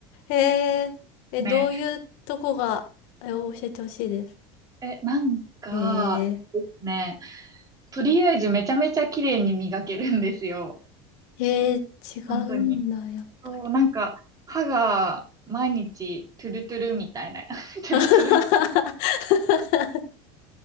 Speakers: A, on the left; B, on the right.
A: えー、え、
B: ね。
A: どういうとこが、え教えてほしいです。
B: え、なんか、
A: え
B: ね、とりあえずめちゃめちゃ綺麗に磨けるんですよ。
A: ー、えー、違うんだ、
B: 本当に。
A: やっぱり。
B: そう、なんか、歯が毎日トゥルトゥルみたいな、<laughs> トゥルトゥル。
A: <laughs>